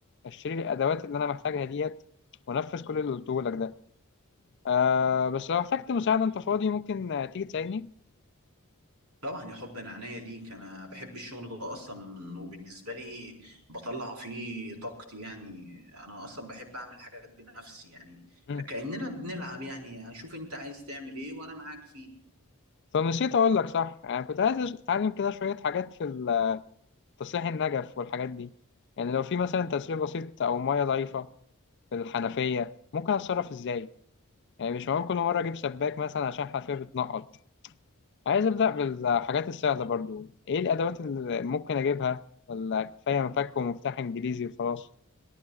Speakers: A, on the left; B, on the right.
A: أشتري الأدوات اللي أنا محتاجها ديت وأنفذ كل اللي قلته لك ده آه بس لو احتجت مساعدة أنت فاضي ممكن آه، تيجي تساعدني
B: طبعا يا حب انا عينيا ليك انا بحب الشغل ده اصلا من- وبالنسبه لي بطلع فيه طاقتي يعني انا اصلا بحب اعمل حاجات بنفسي يعني
A: مم.
B: كاننا بنلعب يعني شوف انت عايز تعمل ايه وانا معاك فيه
A: فنسيت أقول لك صح أنا كنت عايز أتعلم كده شوية حاجات في ال- تصليح النجف والحاجات دي يعني لو في مثلا تسريب بسيط أو مية ضعيفة في الحنفية ممكن أتصرف إزاي يعني مش معقول كل مرة أجيب سباك مثلا عشان الحنفية بتنقط عايز أبدأ بالحاجات السهلة برضو إيه الأدوات اللي ممكن أجيبها ولا كفاية مفك ومفتاح إنجليزي وخلاص